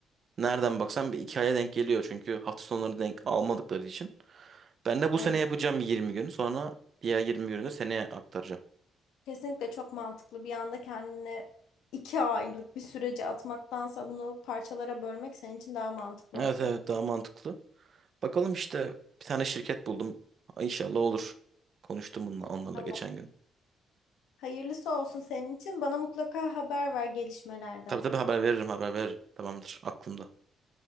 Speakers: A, on the right; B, on the left.
A: Nereden baksan bir iki aya denk geliyor. Çünkü hafta sonları denk almadıkları için. Ben de bu
B: Doğru.
A: sene yapacağım 20 gün. Sonra diğer 20 günü de seneye aktaracağım.
B: Kesinlikle çok mantıklı. Bir anda kendini iki aylık bir sürece atmaktansa bunu parçalara bölmek senin için daha mantıklı
A: Evet
B: olacak.
A: evet daha mantıklı. Bakalım işte bir tane şirket buldum. İnşallah olur. Konuştum bununla, onlarla
B: Allah.
A: geçen gün.
B: Hayırlısı olsun senin için. Bana mutlaka haber ver gelişmelerden.
A: Tabii tabii haber veririm haber veririm. Tamamdır aklımda.